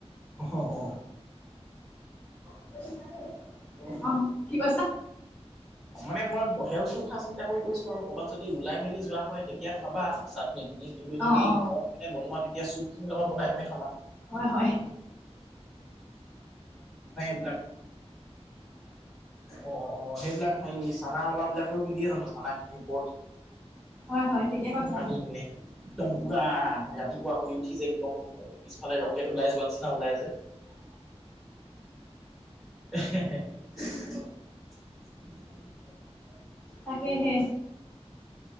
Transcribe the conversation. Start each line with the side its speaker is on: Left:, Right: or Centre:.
Centre: হ-হ
Left: <unintelligible>
Centre: ন <inaudible> মানে মই বহেওচুৰ কথা চিন্তা কৰিছো, আৰু কৰ'বাত যদি ওলাই মেলি যোৱা হয় তেতিয়া খাবা চাটনি কিন্তু যদি
Left: অ অ
Centre: ঘৰত মানে বনোৱা তেতিয়া চুপ খিনি লগত বনাই ম
Left: হয়-হয়
Centre: <inaudible> অ-অ সেইবিলাক হে চানা ওলাবলাকেও নিদিয়ে জানো চানা খিনিৰ ওপৰত
Left: হয় হয় ঠিকে কৈছা
Centre: সানি পিনে একদম পুৰা ৰাতিপুৱা শ উঠি যে একদম পিছফালে ৰকেট ওলাই যোৱা নিচিনাা ওলাই যে <inaudible>
Left: তাকেহে